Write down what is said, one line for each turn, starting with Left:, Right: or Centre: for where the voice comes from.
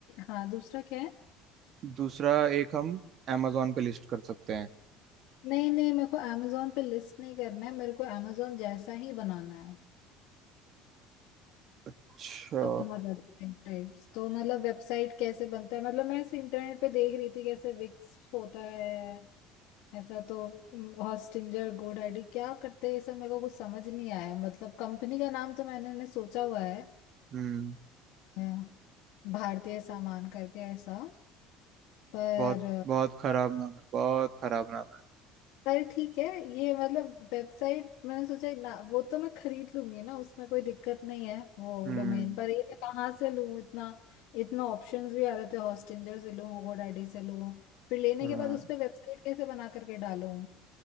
Left: हाँ दूसरा क्या है
Right: दूसरा एक हम amazon पे लिस्ट कर सकते हैं
Left: नहीं नहीं मेरे को अमेजोन पे लिस्ट नहीं करना है मेरे को अमेजोन जैसा ही बनाना है
Right: अच्छा
Left: अपना वेबसाइट टाइप्स तो मतलब वेबसाइट कैसे बनता है मतलब मैं ऐसे इंटरनेट पे देख रही थी कैसे विक्स होता है ऐसा तो हॉस्टिंजर गोडैडी क्या करते हैं ये सब मेरे को कुछ समझ नहीं आया मतलब कंपनी का नाम तो मैंने ने सोचा हुआ है
Right: हम्म
Left: अ, भारतीय सामान करके ऐसा पर
Right: बहुत बहुत खराब नाम है बहुत खराब नाम है
Left: अरे ठीक है ये मतलब वेबसाइट मैंने सोचा ना वो तो मैं खरीद लूंगी ना उसमें कोई दिक्कत नहीं है वो
Right: हम्म
Left: डोमेन पर ये मैं कहाँ से लूँ इतना इतना ऑप्शंस भी आ रहे थे हॉस्टिंजर से लूँ GoDaddy से लूँ फिर लेने
Right: हाँ
Left: के बाद उस पे वेबसाइट कैसे बना करके डालूं